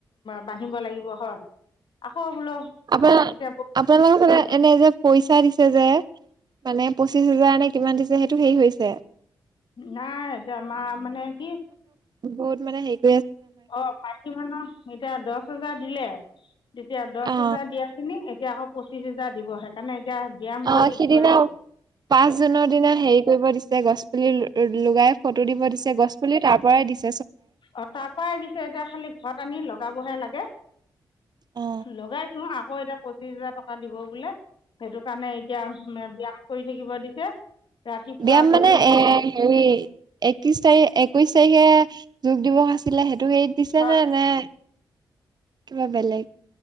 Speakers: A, on the left; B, on the right.
A: বান্ধিব লাগিব হয়। বোলো
B: আপোন-
A: তেতিয়া
B: আপোনালোকৰ ফালে এনেই যে পইচা দিছে যে মানে পঁচিশ হোজাৰ নে কিমান দিছে সেইটো হেৰি হৈছে?
A: নাই এতিয়া আমাৰ মানে কি
B: গোট মানে সেই
A: অহ, মাইকী মানুহ এতিয়া দছহেজাৰ দিলে। তেতিয়া দছ
B: অ
A: হেজাৰ দিয়াখিনিক এতিয়া আকৌ পঁচিছ হাজাৰ দিব সেইকাৰণে এতিয়া ব্যায়াম কৰি
B: অহ
A: থাকিব
B: সিদিনা
A: দিছে
B: পাঁচ জুনৰ দিনা হেৰি কৰিব দিছে গছ পুলি লগাই। ফটো দিব দিছে গছ পুলি পৰাই দিছ
A: অ তাৰ পৰাই দিছে এতিয়া খালি ঘৰত আনি লগা লগা বহে লাগে
B: অ
A: লগাই আছো আকৌ এতিয়া পঁচিশ হাজাৰ টকা দিব বোলে সেইটো কাৰণে এতিয়া উম ব্যয়াম চিয়াম কৰি থাকিব দিছে ৰাতিপুৱা
B: ব্যয়ায়াম
A: গধূলি
B: মানে এ হেৰি একত্ৰিশ তাৰিখ একৈশ তাৰিখে যোগ দিৱস আছিলে সে ত সেইত দিছে
A: হয়
B: নে নে কিবা বেলেগ